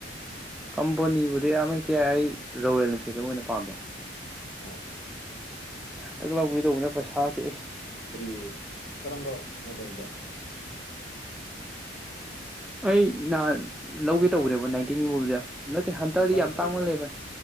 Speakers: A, in the centre; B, on the left.
A: ꯀꯝꯄꯣꯅꯤꯕꯨꯗꯤ ꯑꯃ ꯍꯦꯛꯇ ꯌꯥꯏ ꯑꯩ ꯔꯣꯋꯦꯜ ꯏꯟꯐꯤꯜꯗꯣ ꯑꯣꯏꯅ ꯄꯥꯝꯕ
B: ꯑꯣ ꯑꫭ
A: <unintelligible> ꯂꯧꯒꯦ ꯇꯧꯕꯅꯦ ꯄꯩꯁꯥꯖꯦ ꯏꯁ
B: ꯀꯔꯤ ꯀꯔꯝꯕ ꯃꯣꯗꯜꯗ
A: ꯑꯩ ꯅꯍꯥꯟ ꯂꯧꯒꯦ
B: ꯍꯟꯇꯔ
A: ꯇꯧ꯭ꯕꯅꯦꯕ ꯅꯥꯏꯟꯇꯤꯟ ꯒꯨꯝꯕꯖꯦ ꯅꯠꯇꯦ ꯍꯟꯇꯔꯗꯤ
B: ꯍꯟꯇꯔ
A: ꯌꯥꯝ
B: ꯀꯔꯤ
A: ꯇꯥꯡꯃꯜꯂꯦ
B: ꯀꯔꯥꯔꯣ
A: ꯕꯥꯏ